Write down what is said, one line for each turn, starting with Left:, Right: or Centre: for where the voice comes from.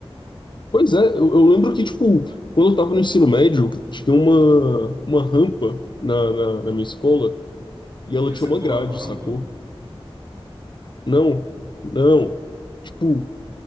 Left: Pois é, eu, eu lembro que, tipo, quando eu tava no ensino médio, tinha uma, uma rampa na, na na minha escola e
Right: Porque
Left: ela tinha
Right: você
Left: uma
Right: pulava
Left: grade,
Right: a rampa?
Left: sacou? Não, não. Tipo,